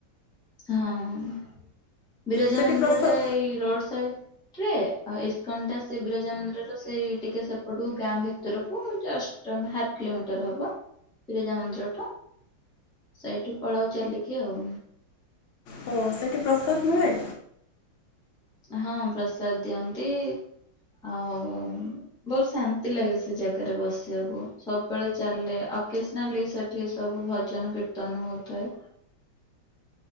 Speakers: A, in the centre; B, on the left.
A: ହଁ ବିରଜା
B: ସେଠି
A: ମନ୍ଦିର
B: ପ୍ରସାଦ
A: ଟା ଏଇ ରୋଡ ସାଇ ରେ ଆଉ ଇସ୍କନଟା ସେ ବିରଜା ମନ୍ଦିରର ସେଇ ଟିକେ ସେପଟକୁ ଗାଁ ଭିତରକୁ ଜଷ୍ଟ ହାଫ କିଲୋମିଟର ହବ ବିରଜା ମନ୍ଦିରଠୁ। ସେଇଠୁ ପଳାଉ ଚାଲିକି ଆଉ।
B: ହଁ ସେଇଠି <unintelligible> ନୁହେଁ।
A: ହଁ ପ୍ରସାଦ ଦିଅନ୍ତି ଆଉ। ବହୁତ ଶାନ୍ତି ଲାଗେ ସେ ଜାଗାରେ ବସିବାକୁ ସବୁବେଳେ ଚାଲେ ଏକେଜନାଲି ଏଠି ସବୁ ଭଜନ କୀର୍ତ୍ତନ ହଉଥାଏ।